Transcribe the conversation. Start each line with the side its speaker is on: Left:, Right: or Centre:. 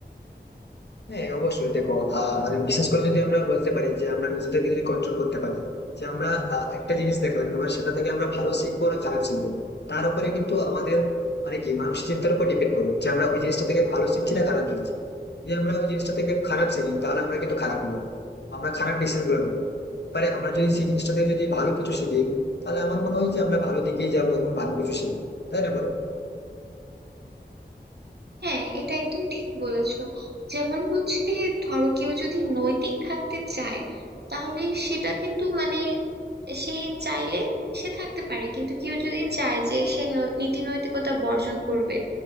Left: হ্যাঁ অবশ্যই দেখো আহ, মানে বিশেষ করে যদি আমরা বলতে পারি যে আমরা নিজেদেরকে যদি কন্ট্রোল করতে পারি যে আমরা আহ, একটা জিনিস দেখলাম এবার সেটা থেকে আমরা ভালো শিখবো না খারাপ শিখবো তার উপরে কিন্তু আমাদের মানে কি মানসিক চিন্তার উপর ডিপেন্ড করবে যে আমরা ওই জিনিসটা থেকে ভালো শিখছি না খারাপ শিখছি যদি আমরা ওই জিনিসটা থেকে খারাপ শিখি তাহলে আমরা কিন্তু খারাপ হবো আমরা খারাপ ডিসিশন গুলো নেবো এবারে আমরা যদি সেই জিনিসটা থেকে যদি ভালো কিছু শিখি তাহলে আমার মনে হয় যে আমরা ভালো দিকেই যাবো এবং ভালো কিছু শিখবো তাই না বলো
Right: হ্যাঁ এটা একদম ঠিক বলেছো যেমন হচ্ছে ধরো কেউ যদি নৈতিক থাকতে চায় তাহলে সেটা কিন্তু মানে সে চাইলে সে থাকতে পারে কিন্তু কেউ যদি চায় যে সে ন- নীতি নৈতিকতা বর্জন করবে